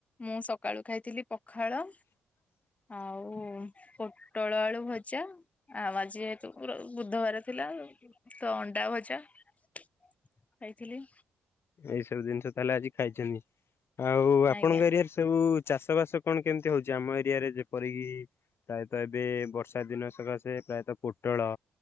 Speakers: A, on the left; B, on the left.
A: ମୁଁ ସକାଳୁ ଖାଇଥିଲି ପଖାଳ
B: ହ <inaudible>
A: ଆଉ ପୋଟଳ ଆଳୁ ଭଜା ଆଉ ଆଜି ଯେହେତୁ ପୁର ବୁଧବାର ଥିଲା ତ ଅଣ୍ଡା ଭଜା ଖାଇଥିଲି!
B: ଏଇ ସବୁ ଜିନିଷ ତାହେଲେ ଆଜି ଖାଇଛନ୍ତି, ଆଉ ଆପଣଙ୍କ
A: ଆଜ୍ଞା।
B: ଏରିଆରେ ସବୁ ଚାଷ ବାସ କଣ କେମତି ହଉଛି ଆମ ଏରିଆରେ ଯେପରିକି, ପ୍ରାୟତଃ ଏବେ ବର୍ଷା ଦିନ ସକାଶେ ପ୍ରାୟତଃ ପୋଟଳ